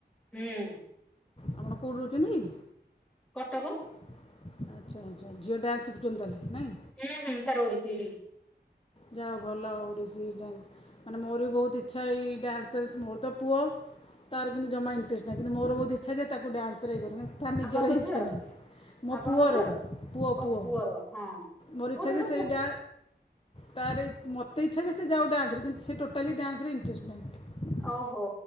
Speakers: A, in the centre; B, on the left.
A: ହୁଁ
B: ଆପଣ କଉଠି ରହୁଛନ୍ତି?
A: କଟକ।
B: ଆଚ୍ଛା ଆଚ୍ଛା ଝିଅ ଡ୍ୟାନ୍ସ ଶିଖୁଛନ୍ତି ତାହେଲେ ନାଇଁ।
A: ହୁଁ ହୁଁ ତାର ଓଡ଼ିଶୀ।
B: ଯାହା ହଉ ଭଲ ଓଡ଼ିଶୀ ଡ୍ୟାନ୍ସ ମାନେ ମୋର ବି ବହୁତ ଇଚ୍ଛା ଏଇ ଡ୍ୟାନ୍ସେସ ମୋର ତ ପୁଅ। ତାର କିନ୍ତୁ ଜମା ଇଣ୍ଟରେଷ୍ଟ ନାହିଁ କିନ୍ତୁ ମୋର ବହୁତ ଇଚ୍ଛା ଯେ ତାକୁ ଡ୍ୟାନ୍ସରେ ଇଏ କରୁ କିନ୍ତୁ ତା ନିଜର
A: ଆପଣଙ୍କ
B: ଇଚ୍ଛା
A: ଝିଅର
B: ନାହିଁ। ମୋ
A: ଆପଣଙ୍କ
B: ପୁଅର
A: ଝିଅର
B: ପୁଅ
A: ଓ
B: ପୁଅ
A: ପୁଅର ହଁ
B: ମୋର
A: ଗୋଟେ
B: ଇଚ୍ଛା ଯେ
A: ଗୋଟେ
B: ସେଇ
A: ପୁ
B: ଡ୍ୟା ତାର ଇ ମୋତେ ଇଚ୍ଛା ଯେ ସେ ଯାଉ ଡ୍ୟାନ୍ସରେ କିନ୍ତୁ ସେ ଟୋଟାଲି ଡ୍ୟାନ୍ସରେ ଇଣ୍ଟରେଷ୍ଟ ନାହିଁ।
A: ଓହୋ।